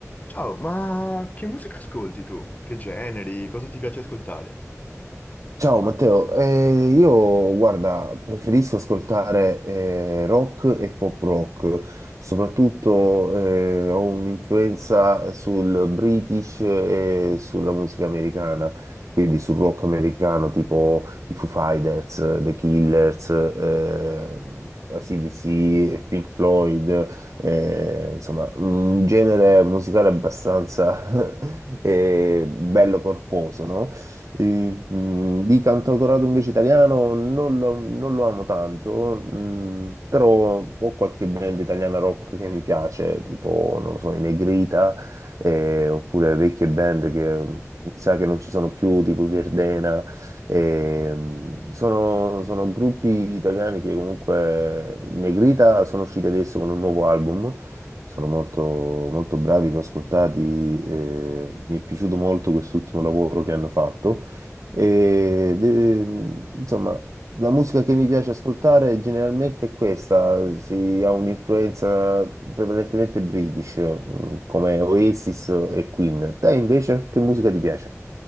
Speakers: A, on the left; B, on the right.
A: Ciao, ma che musica ascolti tu? Che generi? Cosa ti piace ascoltare?
B: Ciao Matteo, Eh, io guarda, preferisco ascoltare eh, rock e pop rock, soprattutto eh, ho un'influenza sul British e sulla musica americana, quindi sul rock americano tipo i Foo Fighters, The Killers, eh, AC/DC, Pink Floyd, eh, insomma un genere musicale abbastanza <laughs> eh, bello corposo, no? E, mm, di cantautorato invece italiano non lo, non lo amo tanto, mm, però ho qualche band italiana rock che mi piace, tipo, non lo so, i Negrita, eh, oppure vecchie band che... Mi sa che non ci sono più, tipo i Verdena, e, mm, sono, sono gruppi italiani che comunque i Negrita sono usciti adesso con un nuovo album, sono molto, molto bravi, li ho ascoltati, e mi è piaciuto molto quest'ultimo lavoro che hanno fatto. E, de- insomma, la musica che mi piace ascoltare generalmente è questa, si ha un'influenza prevalentemente british, mm, come Oasis e Queen. Te invece, che musica ti piace?